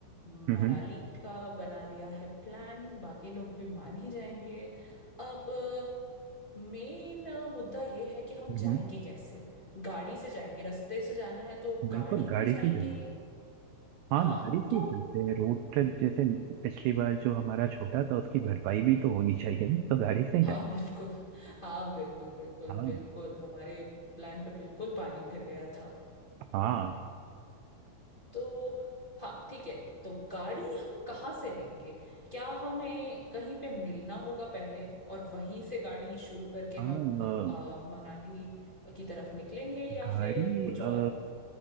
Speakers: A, on the left; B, on the right.
A: मनाली
B: हम्म हम्म
A: का बना लिया है प्लान बाकी लोग भी मान ही जाएंगे अब मेन मुद्दा ये है कि हम
B: हम्म,
A: जाएंगे कैसे गाड़ी से जाएंगे रास्ते से जाना है तो
B: बिल्कुल
A: गाड़ी में
B: गाड़ी
A: जाएंगे
B: से चलेंगे हाँ
A: हाँ
B: गाड़ी से
A: तो
B: ही चलते हैं रोड ट्रिप जैसे पिछली बार जो हमारा छोटा था उसकी भरपाई भी तो होनी चाहिए ना तो गाड़ी से ही
A: हाँ
B: जाएंगे
A: बिल्कुल हाँ बिल्कुल बिल्कुल
B: हाँ
A: बिल्कुल हमारे प्लान पे बिल्कुल पानी फिर गया था
B: हाँ
A: तो हाँ ठीक है तो गाड़ी हम कहाँ से लेंगे क्या हमें कहीं पे मिलना होगा पहले और वहीं से गाड़ी शुरू करके
B: हाँ
A: हम अ, मनाली की तरफ निकलेंगे या
B: गाड़ी
A: फिर कुछ और
B: अ,